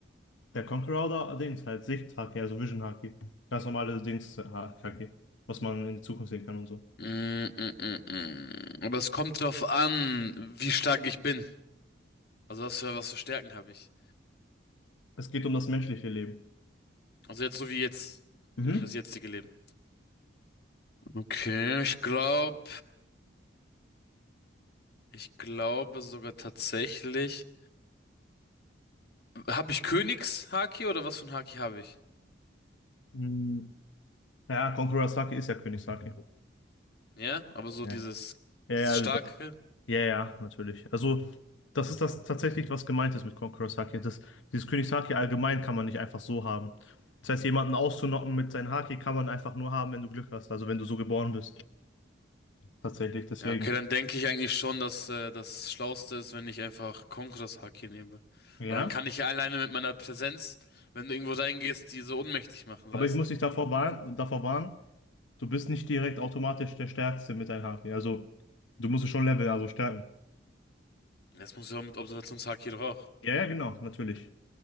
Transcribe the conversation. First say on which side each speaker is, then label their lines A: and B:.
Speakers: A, on the left (about 80°); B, on the left (about 55°).
A: Der Conqueror oder Dings, halt Sicht-Haki, also Vision-Haki. Ganz normale Dings-Haki, was man in die Zukunft sehen kann und so.
B: Mm, mm, mm, mm. Aber es kommt drauf an, wie stark ich bin. Also was für, was für Stärken habe ich.
A: Es geht um das menschliche Leben.
B: Also jetzt so wie jetzt.
A: Mhm.
B: So wie das jetzige Leben. Okay, ich glaube, ich glaube sogar tatsächlich. Habe ich Königshaki oder was für ein Haki habe ich?
A: Mhm. Ja, Conqueror's Haki ist ja Königshaki.
B: Ja, aber so
A: Ja.
B: dieses,
A: Ja, ja,
B: dieses
A: also
B: starke.
A: das- ja, ja, natürlich. Also, das ist das tatsächlich, was gemeint ist mit Conqueror's Haki. Das, dieses Königshaki allgemein kann man nicht einfach so haben. Das heißt, jemanden auszunocken mit seinem Haki kann man einfach nur haben, wenn du Glück hast, also wenn du so geboren bist. Tatsächlich, deswegen.
B: Ja, okay, dann denke ich eigentlich schon, dass äh, das Schlauste ist, wenn ich einfach Konkuras Haki nehme.
A: Ja.
B: Weil dann kann ich ja alleine mit meiner Präsenz, wenn du irgendwo reingehst, die so ohnmächtig machen,
A: Aber
B: weißt
A: ich muss
B: du?
A: dich davor warnen, davor warnen. Du bist nicht direkt automatisch der Stärkste mit deinen Haken. Also, du musst es schon leveln, also stärken.
B: Jetzt muss ich auch mit Observationshaki doch auch.
A: Ja, ja, genau, natürlich.